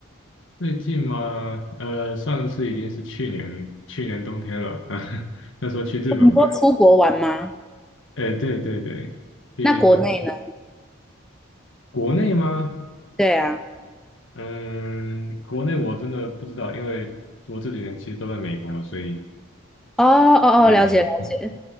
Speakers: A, on the left; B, in the centre.
A: 最近嘛，呃，上次已经是去年去年冬天了，<laughs> 那时候去日本玩。
B: 你说出国玩吗？
A: 哎，对对对，去日本。
B: 那国内呢？
A: 国内吗？
B: 对啊，
A: 嗯，国内我真的不知道，因为我这几年其实都在美国，所以
B: 哦哦哦，
A: 对，
B: 了解了解。